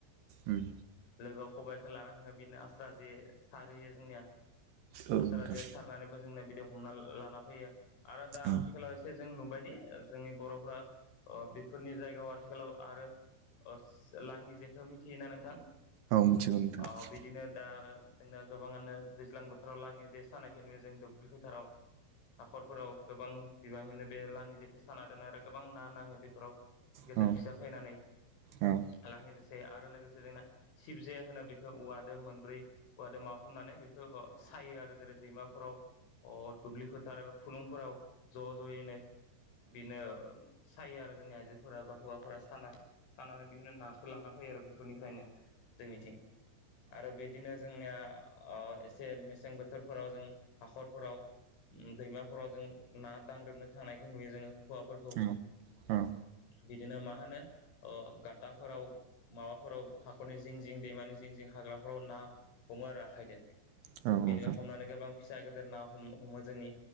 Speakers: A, on the right; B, on the left.
A: उम,
B: लोगोआव खबाइखौ लाना थाङो बिदिनो आस्रा जे सारहैयो जोंनिया
A: औ
B: आस्रा
A: नोंथां
B: जे सारनानैबो जोंना बिदि हमना लाना फैयो आरो दा
A: औ
B: आथिखालाव एसे जों नुबायदि जोंनि बर'फोरा ओ बेफोरनि जायगायाव आथिखालाव आरो। अस लाङि जेखो मिथियोना नोंथां
A: औ मिथिगौ नोंथां
B: अ बिदिनो दा। जोंना गोबाङानो दैज्लां बोथोराव लाङि जे सानायखो नुयो जों दुब्लि फोथाराव। हाखरफोराव गोबां बिबाङैनो बे लाङि जेखौ साना दोनो। रो गोबां ना नाङो बेफोराव गेदेर
A: औ
B: फिसा फैनानै।
A: औ
B: लाङि जासे आरो लोगोसे जोंना सिबजे होनो बेखौ औवादो मोनब्रै औवादो मा खामनो। नानै बेखौ बो सायो आरो जेरै दैमाफोराव अ दुब्लि फोथार एबा फुलुंफोराव ज' ज'यैनो बिनो ओ सायो आरो जोंनि आइजोफोरा बा हौवाफोरा साना सानानै बिदिनो नाखौ लाना फैयो आरो बेफोरनिफ्रायनो जोंनिथिं आरो बिदिनो जोंनिया ओ एसे मेसें बोथोरफोराव जों हाखरफोराव उम दैमाफोराव जों ना दांग्रोमनो थांनायखौ नुयो जोङो हौवाफोर
A: औ औ
B: द <inaudible> बिदिनो मा होनो गाथाफोराव माबाफोराव हाखरनि जिं जिं दैमानि जिं जिं ह हाग्राफोराव ना हमो आरो आखाइदों
A: औ
B: बिदिनो
A: नोंथां
B: हमनानै गोबां फिसा गिदिर ना हमो जोंनि